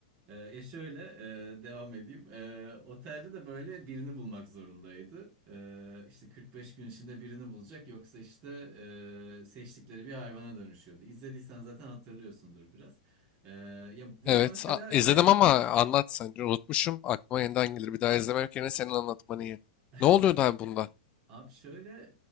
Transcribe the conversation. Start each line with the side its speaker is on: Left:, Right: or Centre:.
Right: e, ya şöyle e, devam edeyim. E, otelde de böyle birini bulmak zorundaydı. E, işte 45 gün içinde birini bulacak yoksa işte e, seçtikleri bir hayvana dönüşüyordu. İzlediysen zaten hatırlıyorsundur biraz. E, ya burada
Left: Evet
Right: mesela
Left: a- izledim
Right: şey
Left: ama anlat sence. Unutmuşum. Aklıma yeniden gelir. Bir daha izlemek yerine senin anlatman iyi.
Right: <laughs>
Left: Ne oluyordu abi bunda?
Right: Abi şöyle